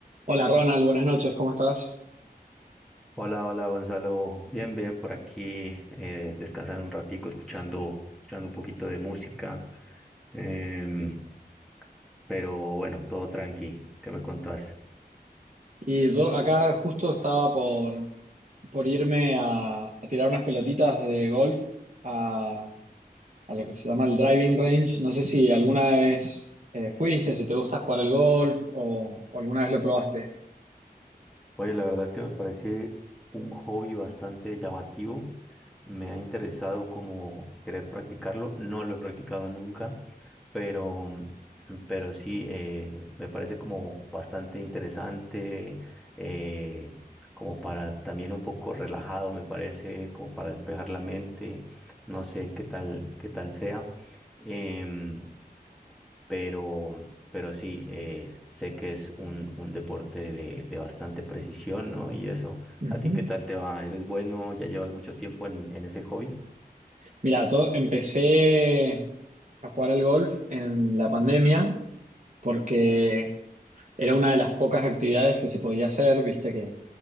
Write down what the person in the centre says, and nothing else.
Hola, hola Gonzalo, bien, bien por aquí, eh, descansando un ratico, escuchando, escuchando un poquito de música, em, pero bueno, todo tranqui, ¿qué me contás?
Oye, la verdad es que me parece un hobby bastante llamativo. Me ha interesado como querer practicarlo. No lo he practicado nunca, pero, pero sí, eh, me parece como bastante interesante, eh, como para también un poco relajado, me parece, como para despejar la mente. No sé qué tal, qué tal sea. Em, pero, pero sí, eh, sé que es un, un deporte de, de bastante precisión, ¿no? Y eso,
¿a ti qué tal te va? ¿Eres bueno? ¿Ya llevas mucho tiempo en, en ese hobby?